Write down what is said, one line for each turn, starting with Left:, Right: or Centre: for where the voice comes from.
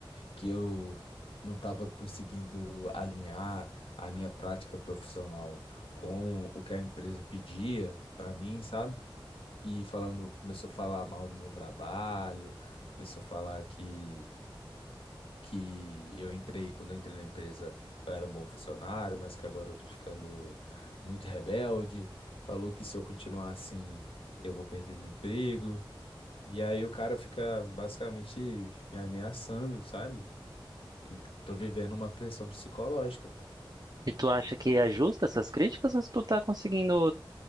Left: que eu não tava conseguindo alinhar a minha prática profissional com o que a empresa pedia pra mim, sabe? e falando, começou a falar mal do meu trabalho, começou a falar que que eu entrei, quando eu entrei na empresa, eu era um bom funcionário, mas que agora eu tô ficando muito rebelde. Falou que se eu continuar assim, eu vou perder meu emprego. E aí o cara fica basicamente me ameaçando, sabe? E tô vivendo uma pressão psicológica, cara.
Right: E tu acha que é justa essas críticas ou tu tá conseguindo.